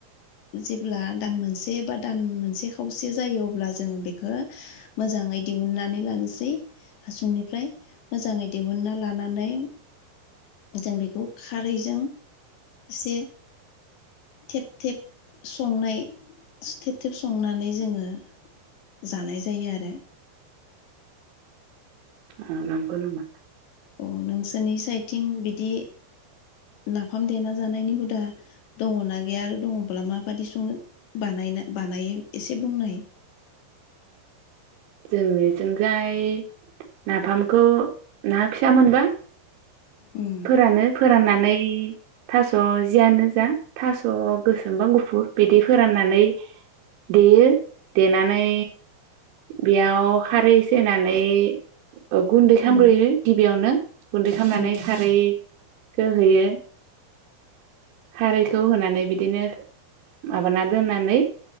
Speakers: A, on the left (about 70°); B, on the right (about 85°).
A: जेब्ला दान मोनसे बा दान मोनसे खावसे जायो अब्ला जोङो बेखौ मोजाङै दिहुननानै लानोसै हासुंनिफ्राय मोजाङै दिहुनना लानानै जों बेखौ खारैजों एसे थेब थेब संनाय थि थेब थेब संनानै जोङो जानाय जायो आरो
B: आ रंखौ नामा
A: अ नोंसोरनि साइडथिं बिदि नाफाम देना जानायनि हुदा दङना गैया आरो दङब्ला माबादि सङो बानायना बानायो एसे बुंनाय
B: जोंनिथिंजाय नाफामखौ ना फिसा मोनबा
A: उम
B: फोरानो फोराननानै इ थास' जियानो जा थास' गोसोमबा गुफुर बिदि फोराननानै देयो देनानै बेयाव खारै इसे होनानै अ गुन्दै खालामग्रोयो
A: उम
B: गिबियावनो गुन्दै खालामनानै
A: ओ
B: खारै गोहैयो खारैखौ होनानै बिदिनो माबाना दोननानै